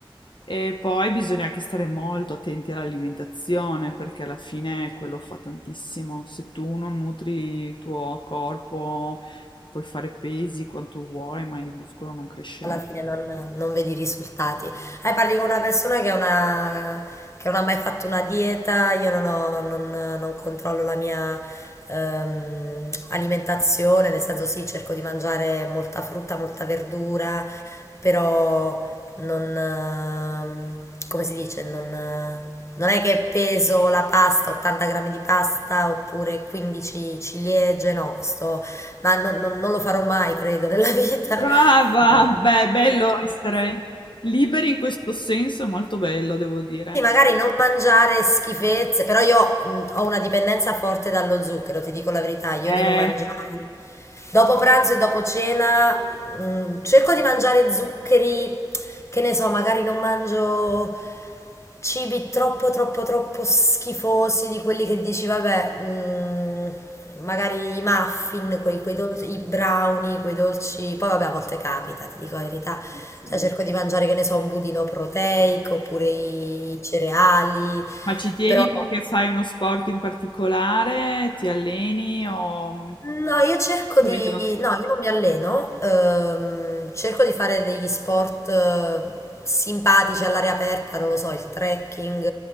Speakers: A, on the left; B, on the left.
A: E poi bisogna anche stare molto attenti all'alimentazione perché alla fine quello fa tantissimo. Se tu non nutri il tuo corpo, puoi fare pesi quanto vuoi, ma il muscolo non crescerà.
B: alla fine non, non vedi risultati? Eh, parli con una persona che, è una- che non ha mai fatto una dieta, io non, ho- non- non controllo la mia ehm, alimentazione, nel senso sì, cerco di mangiare molta frutta, molta verdura, però non, ehm, come si dice, non, eh, non è che peso la pasta, 80 grammi di pasta oppure 15 ciliegie, no, questo... Ma non, non- non lo farò mai, credo, nella vita.
A: Brava!
B: <laughs>
A: Beh, è bello essere liberi in questo senso, è molto bello, devo dire.
B: Sì, magari non mangiare schifezze, però io mh, ho una dipendenza forte dallo zucchero, ti dico la verità, io
A: Eh,
B: devo mangiare. Dopo pranzo e dopo cena mh, cerco di mangiare zuccheri, che ne so, magari non mangio cibi troppo troppo troppo schifosi di quelli che dici, vabbè, mh, magari i muffin, quei, quei dolci, i brownie, quei dolci, poi vabbè a volte capita, ti dico la verità,
A: sì.
B: cioè cerco di mangiare, che ne so, un budino proteico oppure i cereali,
A: Ma ci tieni
B: però
A: perché fai uno sport in particolare? Ti alleni o...
B: No, io cerco
A: Ovviamente
B: di...
A: non so.
B: No, io non mi alleno, ehm, cerco di fare degli sport eh, simpatici all'aria aperta, non lo so, il trekking,